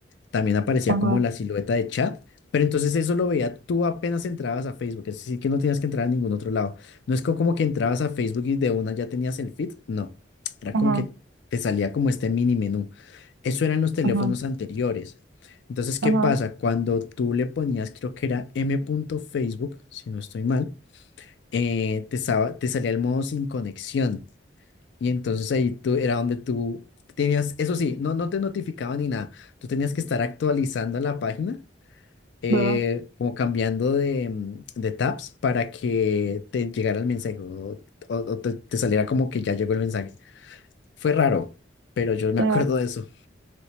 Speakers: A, on the left; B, on the right.
A: también aparecía
B: ajá,
A: como la silueta de chat, pero entonces eso lo veía tú apenas entrabas a Facebook, es decir, que no tenías que entrar a ningún otro lado. No es co- como que entrabas a Facebook y de una ya tenías el feed, no, era
B: ajá,
A: como que te salía como este mini menú. Eso eran los teléfonos
B: ajá,
A: anteriores. Entonces, ¿qué
B: ajá,
A: pasa? Cuando tú le ponías, creo que era m.facebook, si no estoy mal, eh, te, saba- te salía el modo sin conexión. Y entonces ahí tú era donde tú tenías, eso sí, no, no te notificaban ni nada. Tú tenías que estar actualizando la página, eh,
B: ajá,
A: como cambiando de, mm, de tabs para que te llegara el mensaje o, o- o te, te saliera como que ya llegó el mensaje. Fue raro, pero yo me
B: ajá,
A: acuerdo de eso.